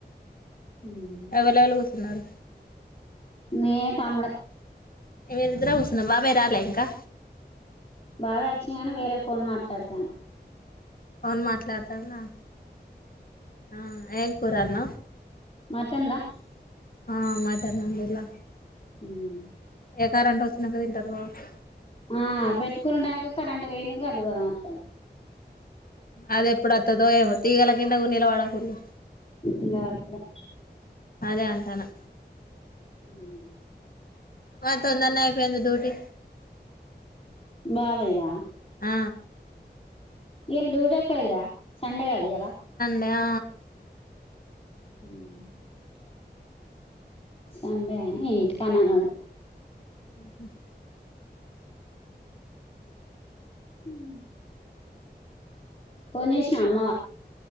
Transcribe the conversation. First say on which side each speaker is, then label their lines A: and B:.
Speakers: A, on the left; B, on the left.
A: ఉమ్
B: ఎవల ఎవలు కూర్చన్నారు
A: నే తముడే
B: ఏ మీ ఇద్దరా కూసున్నారు బాబాయ్ రాల ఇంకా
A: బాబాయ్ వచ్చి కాని వేరే ఫోన్ మాట్లాడతాను
B: అవును మాట్లాడు <unintelligible> ఆ ఏల్పోరాన్న
A: మటందా
B: ఆ మటన్ అందడిళ్ళా
A: ఉమ్
B: ఏ కారంట అచ్చినంకా తింట రోజు
A: ఆ పెట్టుకున్న టైంకి కరెంట్ వోయింద్గ్ గంత దూరం అత్త
B: అద్ ఎప్పుడ్ అత్తతో ఏమో తీగల కిందకు నిలవాడకూర్రి
A: నిలబడతలే
B: అదే అంటనా
A: మ్
B: మద్ తొందర్నే అయిపోయింది డ్యూటి
A: బావైరా
B: ఆ
A: యేల్ డ్యూట్ ఎక్కడ్దీరా సండే గద్ ఇయల
B: బ్యా
A: మ్ సండే అని ఇంటికనె ఉనడు
B: మ్హుమ్
A: మ్ కొనేసిన అమ్మ